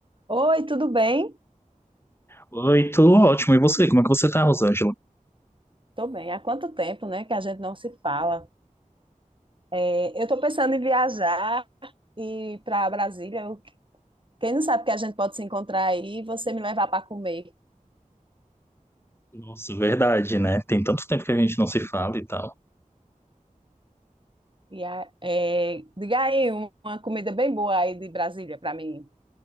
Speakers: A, on the right (about 35°); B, on the left (about 15°).
A: Oi, tudo bem?
B: Oi, tudo ótimo. E você? Como é que você tá, Rosângela?
A: Tô bem. Há quanto tempo, né, que a gente não se fala? É, eu tô pensando em viajar e para Brasília. Eu- quem não sabe que a gente pode se encontrar aí e você me levar para comer.
B: Nossa, verdade, né? Tem tanto tempo que a gente não se fala e tal.
A: E a- é, diga aí um- uma comida bem boa aí de Brasília para mim